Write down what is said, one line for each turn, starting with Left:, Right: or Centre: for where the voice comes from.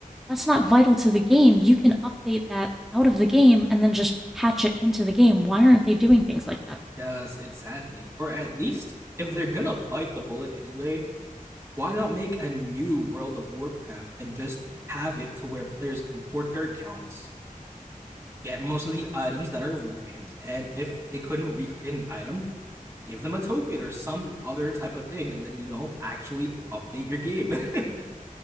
Centre: that's not vital to the game. You can update that out of the game and then just patch it into the game. Why aren't they doing things like that?
Right: <laughs> yes, exactly. Or at least if they're gonna bite the bullet anyway, why not make a new World of Warcraft and just have it to where players can port their accounts, get most of the items that are revamped, and if they couldn't recreate an item, give them a token or some other type of thing, and then, you know, actually update your game. <laughs>